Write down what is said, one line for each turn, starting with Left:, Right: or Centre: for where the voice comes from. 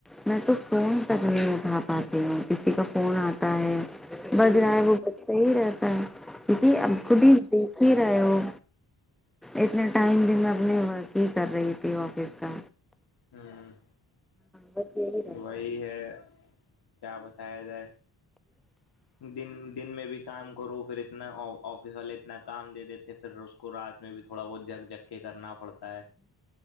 Centre: میں تو فون تک نہیں اٹھا پاتی ہوں کسی کا فون آتا ہے بج رہا
Left: اچھا
Centre: ہے وہ بجتا ہی رہتا ہے کیکہ اب
Left: ہوں
Centre: خود ہی دیکھ ہی رہے ہو اتنے ٹائم بھی میں اپنے ورک ہی کر رہی تھی آفس کا
Left: ہوں
Centre: بس یہی رہتا
Left: وہی ہے کیا بتایا جائے دن دن میں بھی کام کروں پھر اتنا ا آفس والے اتنا کام دے دیتے پھر اس کو رات میں بھی تھوڑا بہت جھک جھک کے کرنا پڑتا ہے